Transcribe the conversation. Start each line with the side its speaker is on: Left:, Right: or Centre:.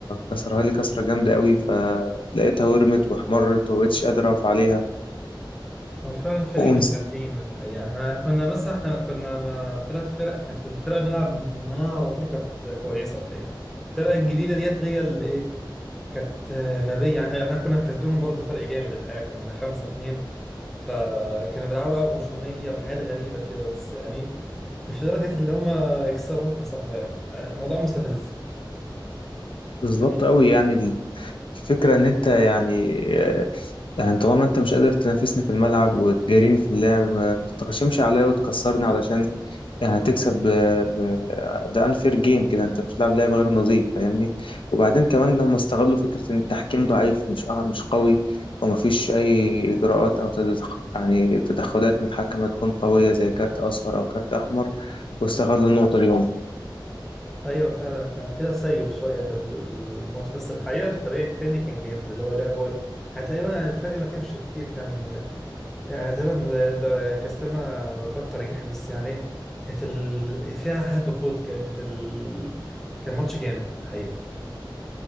Left: كسرها لي كسرة جامدة قوي فلقيتها ورمت واحمرت ومبقتش قادر اقف عليها
Centre: هو فعلا الفريق
Left: ونس-
Centre: كان غشيم الحقيقه احنا كنا مثلا احنا كنا ثلاث فرق كانت الفرق بنلعب معاها على طول كانت كويسه الحقيقه الفرق الجديده ديت هي اللي ايه كانت غبية يعني احنا كنا كسبانهم برضه فرق جامد الحقيقة كنا خمسة اتنين فكانوا بيلعبوا بقى غشومية وحاجات غريبة كده بس يعني مش لدرجة اللي هم يكسروك يا صاحبي يعني يعني الموضوع مستفز
Left: بالظبط
Centre: أيوة.
Left: قوي يعني الفكرة ان انت يعني آه، يعني طالما انت مش قادر تنافسني في الملعب وتجاريني في اللعب ما ما تتغشمش عليا وتكسرني علشان يعني هتكسب ب... ب... ده انفير جيم كده انت بتلعب لعب غير نظيف فاهمني وبعدين كمان لما استغلوا فكرة ان التحكيم ضعيف مش أه- مش قوي ومفيش اي اجراءات او تدخ... يعني تدخلات من الحكم تكون قوية زي كارت اصفر او كارت احمر واستغلوا النقطة دي هم
Centre: ايوه فعلا كان في تسيب شويه في الماتش بس الحقيقه الفريق التاني كان جامد اللي هو لعبه ايه يعني تقريبا يعني الفرق ما كانش كتير كان يعني تقريبا در- كاستلنا ضربات ترجيح بس يعني ايه كانت ال... فيها هات وخوت كده كانت ال... كان ماتش جامد الحقيقه